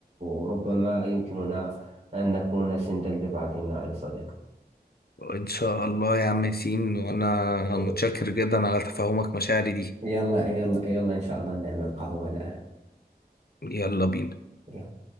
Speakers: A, on the right; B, on the left.
A: وربما يمكننا أن نكون سندا لبعضنا يا صديقي
B: ان شاء الله يا عم ياسين وانا
A: آه،
B: متشكر جدا على تفهمك مشاعري دي
A: يلا يلا يلا إن شاء الله نعمل قهوة الآن
B: يلا بينا
A: يلا.